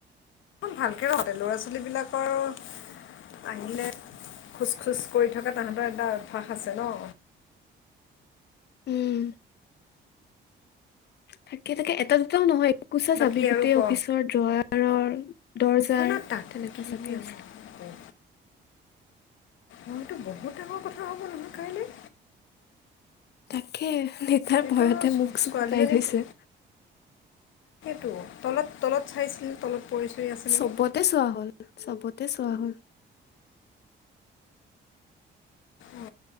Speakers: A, on the left (about 75°); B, on the left (about 55°).
A: ইমান ভালকৈ ৰোঁতে ল'ৰা ছোৱালীবিলাকৰ। আহিলে খোজ খোজ কৰি থকা তাহাঁতৰ এটা অভ্যাস আছে ন।
B: <unintelligible> উম থাকে থাকে এটা দুটাও নহয়। এককোচা
A: বাকী
B: চাবি গোটেই
A: আৰু ক
B: অফিচৰ দ্ৰয়াৰৰ, দৰ্জাৰ
A: ন তাকে
B: তেনেকুৱা চাবি আছিল।
A: মইতো বহুত ডাঙৰ কথা হ'ব নহয় কাইলৈ।
B: তাকে দেউতাৰ
A: এইটো
B: ভয়তে মুখ চুখ
A: ছোৱালীজনীক
B: শুকাই গৈছে।
A: ত তলত তলত চাইছিলে তলত। পৰি চৰি আছে নেকি
B: চবতে চোৱা হ'ল চবতে। তাতে চোৱা হ'ল।
A: অঁ,